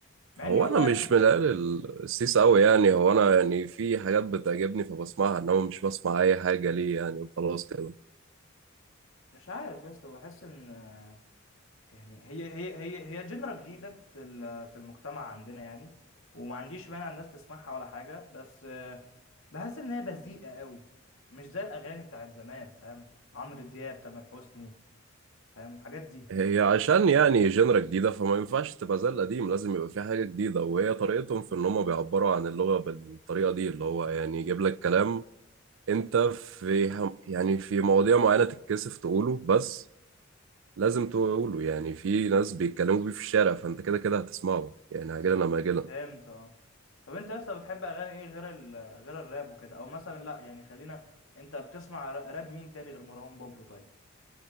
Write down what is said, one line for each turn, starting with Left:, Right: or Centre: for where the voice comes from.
Left: مع
Right: هو
Left: اني والله
Right: أنا مش
Left: يعني
Right: من العيال ال- السيس أوي يعني هو أنا يعني في حاجات بتعجبني فبسمعها إنما مش بسمع أي حاجة ليه يعني وخلاص كده
Left: مش عارف يا اسطى بحس ان آه، يعني هي هي هي هي جنرا جديده في ال- في المجتمع عندنا يعني وما عنديش مانع الناس تسمعها ولا حاجه بس آه، بحس ان هي بذيئه قوي مش زي الاغاني بتاعت زمان فاهم عمرو دياب تامر حسني فاهم الحاجات دي
Right: هي عشان يعني جنرا جديدة فما ينفعش تبقى زي القديم لازم يبقى في حاجة جديدة وهي طريقتهم في إن هما بيعبروا عن اللغة بالطريقة دي اللي هو يعني يجيب لك كلام انت في هم- يعني في مواضيع معينة تتكسف تقوله بس لازم تقوله يعني في ناس بيتكلموا بيه في الشارع فانت كده كده هتسمعه يعني عاجلا لما عاجلا
Left: فهمت اه طب انت لسه بتحب اغاني ايه غير ال... غير الراب وكده او مثلا لا يعني خلينا انت بتسمع ر- راب مين تاني غير مروان بابلو طيب